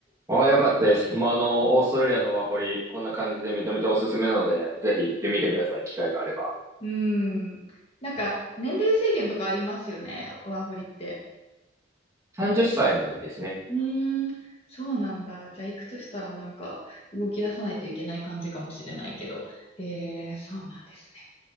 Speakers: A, on the right (about 15°); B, on the left (about 30°).
A: ああ、よかったです。まあ、あの、オーストラリアのワーホリ、こんな感じで認めておすすめなので、ぜひ行ってみてください。機会があれば。
B: うん。なんか、年齢制限とかありますよね、ワーホリって。
A: 30歳までですね。
B: うーん。そうなんだ。じゃあ行くとしたらなんか動き出さないといけない感じかもしれないけど。えー、そうなんですね。